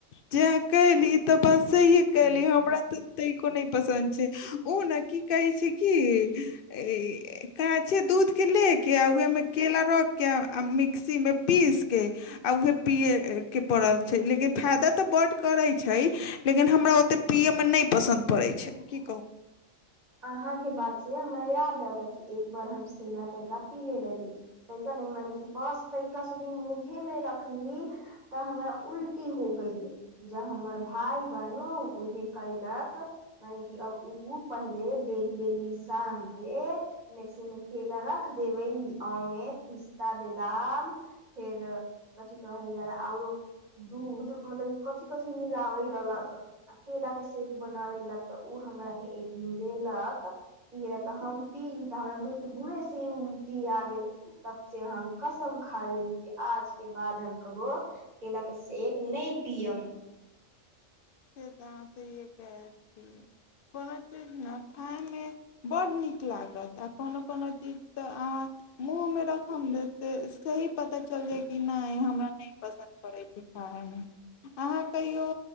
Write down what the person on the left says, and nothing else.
जे कली तऽ बस सहिे कली हमरा त तै कोनो पसन्द छै ओ नहि की कहै छै किी ई आ कहै छियै दूधके लए कऽ आ उएमे केरा रखि कऽ आ मिक्सीमे पीसि कऽ आ उहे पियै के पड़ल छै लेकिन फायदा तऽ बड करै छै लेकिन हमरा ओते पियै मे नहि पसन्द पड़ैत छै की
से तऽ अहाँसँ ईे कहैत छी कोनो चीज ने खाइमे बड्ड नीक लागत आ कोनो कोनो चीज तऽ अहाँ मुँह मे रखम देते सही पता चल जाय कि नहि हमरा नहि पसन्द पड़ै छै खाइमे अहाँ कहियौ